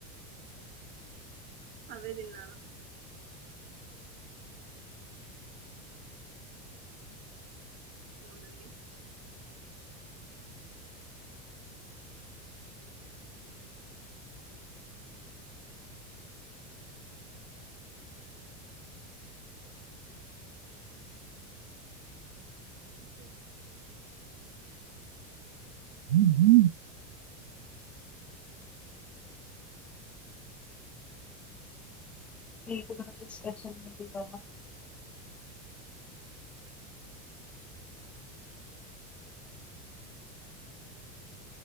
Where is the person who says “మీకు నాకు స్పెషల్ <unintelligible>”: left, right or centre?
Left